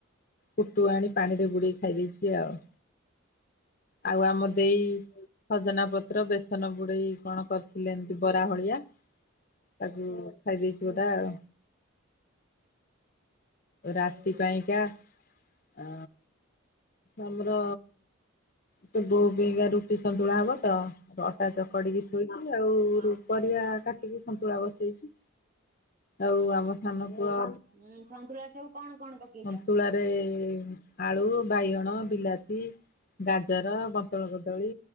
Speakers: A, on the left (about 45°); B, on the right (about 40°).
A: କୁଟୁ ଆଣି ପାଣିରେ ବୁଡେଇ ଖାଇ ଦେଇେଇଚି ଆଉ। ଆଉ ଆମ ଦେଇ ସଜନା
B: ହୁଁ
A: ପତ୍ର ବେସନ ବୁଡ଼େଇ କଣ କରିଥିଲେ ଏମିତି ବରାହଳିଆ ତାକୁ ଖାଇ ଦେଇେଇଚି
B: ହୁଁ
A: ଗୋଟା ଆଉ। ରାତି
B: ହୁଁ
A: ପାଇଁକା ଅ ଆମର ସେ ବୋଉ ପେଇଁକା ରୁଟି ସନ୍ତୁଳା ହବ ତ ଅଟା ଚକଡିକି ଥୋଇଚି ଆଉ
B: ହଁ
A: ପରିବା କାଟିକି ସନ୍ତୁଳା ବସେଇଚି। ଆଉ ଆମ ସାନ ପୁଅ
B: ହୁଁ ସନ୍ତୁଳା ସବୁ କଣ କଣ ପକେଇଚ?
A: ସନ୍ତୁଳାରେ ଆଳୁ ବାଇଗଣ ବିଲାତି ଗାଜର ବନ୍ତର କଦଳୀ